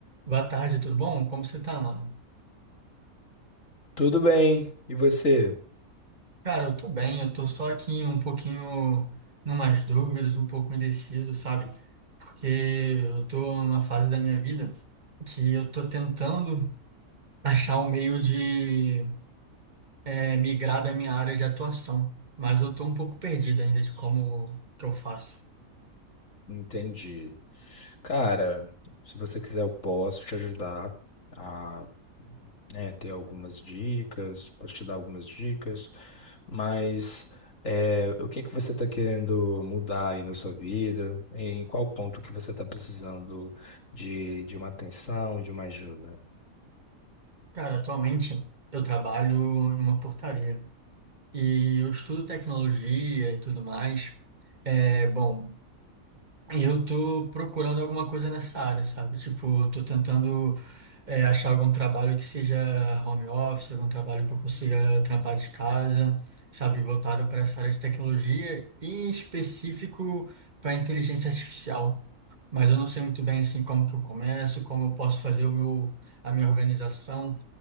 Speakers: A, on the right; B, on the left.
A: Boa tarde, tudo bom? Como você tá, mano?
B: Tudo bem, e você?
A: Cara, eu tô bem, eu tô só aqui um pouquinho numas dúvidas, um pouco indeciso, sabe? Porque eu tô numa fase da minha vida que eu tô tentando achar um meio de é, migrar da minha área de atuação, mas eu tô um pouco perdido ainda de como que eu faço.
B: Entendi. Cara, se você quiser, eu posso te ajudar a, né, ter algumas dicas, posso te dar algumas dicas, mas é, o que que você está querendo mudar aí na sua vida? Em qual ponto que você está precisando de, de uma atenção, de uma ajuda?
A: Cara, atualmente eu trabalho em uma portaria e eu estudo tecnologia e tudo mais. É, bom. E eu tô procurando alguma coisa nessa área, sabe? Tipo, eu tô tentando é, achar algum trabalho que seja home office, algum trabalho que eu consiga trampar de casa, sabe? Voltado para essa área de tecnologia e em específico para inteligência artificial. Mas eu não sei muito bem assim como que eu começo, como eu posso fazer o meu, a minha organização